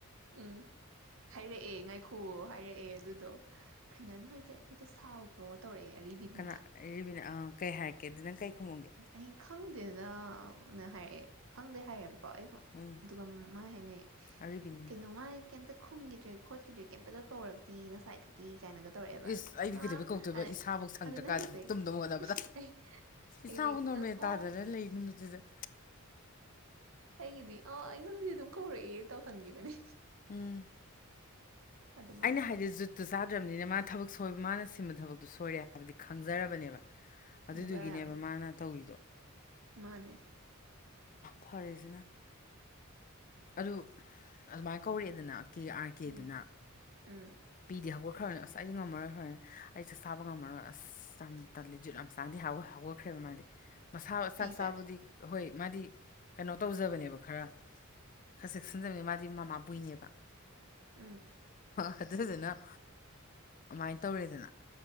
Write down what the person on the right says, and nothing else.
ꯎꯝ ꯍꯥꯏꯔꯛꯑꯦ ꯉꯥꯏꯈꯣ ꯍꯥꯏꯔꯛꯑꯦ ꯑꯗꯨꯗꯣ ꯐꯦꯅꯟ ꯍꯣꯏꯁꯦ ꯑꯩꯈꯣꯏꯗ ꯁꯥꯎꯕꯔꯣ ꯇꯧꯔꯛꯑꯦ ꯑꯔꯤꯕꯗꯨꯅ
ꯑꯩ ꯈꯪꯗꯦꯅꯅ ꯍꯥꯏꯔꯛꯑꯦ ꯈꯪꯗꯦ ꯍꯥꯏꯔꯦꯕꯀꯣ ꯑꯩ
ꯑꯗꯨꯒ ꯃꯥ ꯍꯥꯏꯅꯩ
ꯀꯩꯅꯣ ꯃꯥ ꯀꯩꯝꯇ ꯈꯨꯝꯈꯤꯗ꯭ꯔꯦ ꯈꯣꯠꯈꯤꯗ꯭ꯔꯦ ꯀꯩꯝꯇꯒ ꯀꯧꯔꯛꯇꯦ ꯉꯁꯥꯏꯗꯒꯤ ꯀꯥꯏꯅꯒ ꯇꯧꯔꯛꯑꯦꯕ
ꯑ
ꯑꯗꯨꯅ ꯍꯥꯏꯁꯦ
ꯑꯩ ꯑꯩꯗꯤ
ꯑꯣ
ꯑꯩꯒꯤꯗꯤ ꯑꯥ ꯑꯩꯉꯣꯟꯗꯗꯤ ꯑꯗꯨꯝ ꯀꯧꯔꯛꯑꯦ ꯇꯧꯁꯟꯈꯤꯕꯅꯤ
ꯑꯗꯨꯃꯥꯏꯅ
ꯍꯥꯏꯔꯛꯈꯤ
ꯈꯪꯖꯔꯝꯅꯦ
ꯃꯥꯅꯦ
ꯎꯝ ꯎꯝ
ꯄꯤꯁꯦ
ꯎꯝ